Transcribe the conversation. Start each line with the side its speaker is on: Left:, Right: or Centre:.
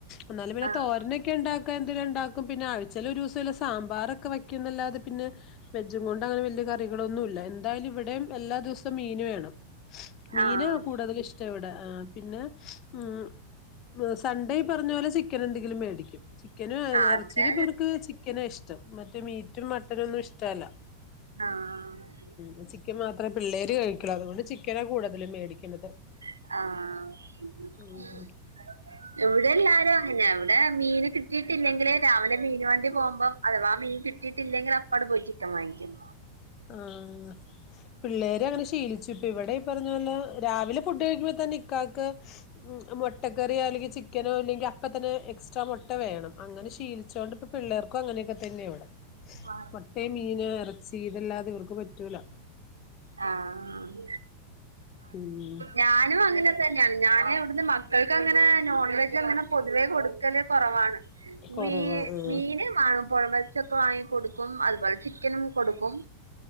Left: എന്നാലും പിന്നെ
Right: ആഹ്
Left: തോരനൊക്കെണ്ടാക്കാ എന്തേലുണ്ടാക്കും പിന്നെ ആഴ്ച്ചേലൊരുസല്ല സാമ്പാറൊക്കെ വെ ക്ക്യുംന്നല്ലാതെ പിന്നെ വെജജും കൊണ്ടങ്ങനെ വല്യ കറികളൊന്നുല്ല എന്തായാലും ഇവിടേം എല്ലാ ദിവസ ത്ത മീന് വേണം മീന്
Right: ആഹ്
Left: കൂടുതലിഷ്ടം ഇവിടെ ആ പിന്നെ ഉം. സൺഡേ ഈ പർഞ്ഞ പോലെ ചിക്കനെന്തെങ്കിലും മേടിക്കും. ചിക്കന
Right: ആഹ്
Left: എർച്ചിയിലിവർക്ക്
Right: അവിടെ
Left: ചിക്കനാ ഇഷ്ടം മറ്റേ മീറ്റും മട്ടനൊന്നും ഇഷ്ടല്ല.
Right: ആഹ്.
Left: ഉം ചിക്കൻ മാത്രേ പിള്ളേര് കഴിക്കള്ളൂ അതോണ്ട് ചിക്കനാ കൂടുതലും മേടിക്കണത്.
Right: ആഹ്.
Left: ഉം
Right: ഇവിടെല്ലാരും അങ്ങനെയാ ഇവടെ മീന് കിട്ടിയിട്ടില്ലെങ്കില് രാവിലെ മീന് വണ്ടി പോവുമ്പം. അഥവാ മീൻ കിട്ടിയിട്ടില്ലെങ്കില് അപ്പങ്ങ്ട് പോയി ചിക്കൻ വാങ്ങിക്കും.
Left: ആഹ്. പിള്ളേരങ്ങനെ ശീലിച്ചു ഇപ്പ ഇവിടെ ഈ പറഞ്ഞ പോലെ രാവിലെ ഫുഡ് കഴിക്കുമ്പത്തന്നെ ഇക്കാക്ക്. ഉം മുട്ടക്കറിയോ അല്ലെങ്കി ചിക്കനോ ഇല്ലെങ്കി അപ്പതന്നെ എക്സ്ട്രാ മൊട്ട വേണം അങ്ങനെ ശീലിച്ചോണ്ട്പ്പ. പിള്ളേർക്കും അങ്ങനെയൊക്കെ തന്നെ ഇവിടെ.
Right: വാ.
Left: ട്ടേ മീന് എറച്ചി ഇതല്ലാതെ ഇവർക്ക് പറ്റൂല.
Right: ആഹ്
Left: ഉം
Right: ഞാനും അങ്ങനെ ത ന്നെയാണ് ഞന് ഇവട്ന്ന് മക്കൾക്കങ്ങനെ നോൺവെജങ്ങനെ പൊതുവേ കൊടുക്കല് കൊറവാണ്.
Left: കൊറവാ
Right: വീ
Left: ആഹ്
Right: മീന് വാങ്ങു പൊഴ മത്സ്യൊക്കെ വാങ്ങിക്കൊടുക്കും അതുപോലെ. ചിക്കനും കൊടുക്കും.